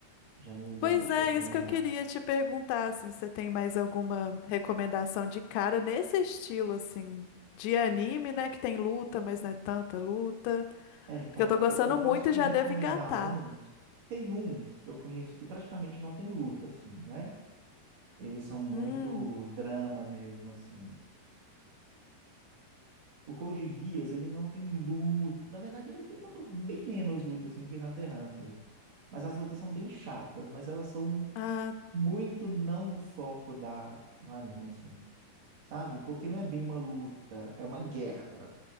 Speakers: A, on the right; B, on the left.
A: de anime
B: Pois
A: bom pra te
B: é,
A: recomendar.
B: isso que eu queria te perguntar, assim, se você tem mais alguma recomendação de cara nesse estilo, assim, de anime, né, que tem luta, mas não é tanta luta,
A: É,
B: porque
A: ó,
B: eu tô gostando
A: eu, eu posso
B: muito
A: te
B: e já
A: recomendar
B: devo engatar.
A: uns. Tem uns que eu conheço que praticamente não tem luta, assim, né? Eles são muito
B: Hum,
A: drama mesmo, assim. O Code Geass, ele não tem luta. Na verdade, ele tem uma luta, bem menos luta assim que Hunter x Hunter. Mas as lutas são bem chatas, mas elas são
B: ah,
A: muito não o foco da do anime assim, sabe? Porque não é bem uma luta, é uma guerra.